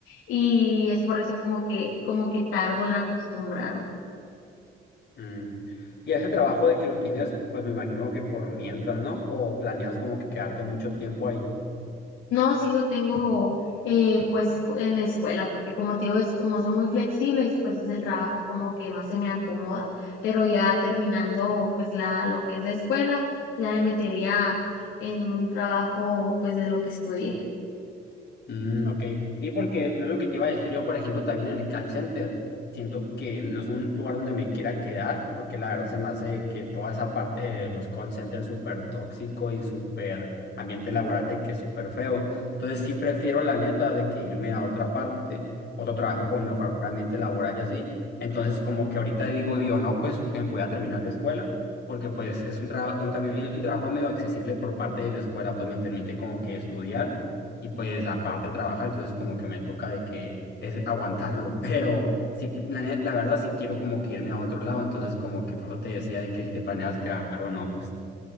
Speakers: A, on the left; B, on the left.
A: Y es por eso como que, como que tardo en acostumbrarme.
B: Mm. Y ese trabajo de que lo tienes, pues me imagino que por mientras, ¿no? O planeas como que quedarte mucho tiempo ahí.
A: No, sí lo tengo eh, pues po- en la escuela, porque como te digo, es, como son muy flexibles, pues es el trabajo como que más se me acomoda, pero ya terminando pues la, lo que es la escuela, ya me metería en un trabajo pues de lo que estudié.
B: Mm, ok, sí, porque lo lo que te iba a decir yo, por ejemplo, también en el call center, siento que no es un lugar donde me quiera quedar, porque la verdad se me hace que toda esa parte de los call centers súper tóxico y súper ambiente laboral de que es súper feo. Entonces sí prefiero la neta de que irme a otra parte, otro trabajo con mejor ambiente laboral y así. Entonces como que ahorita digo yo, no, pues eh, voy a terminar la escuela. Porque pues es un trabajo, también un trabajo medio accesible por parte de la escuela, pues me permite como que estudiar y pues aparte trabajar, entonces como que me toca de que es aguantarlo, <laughs> pero sí, la, ne- la verdad sí quiero como que irme a otro lado, entonces como que por eso te decía de que si te planeas quedar o no, pues.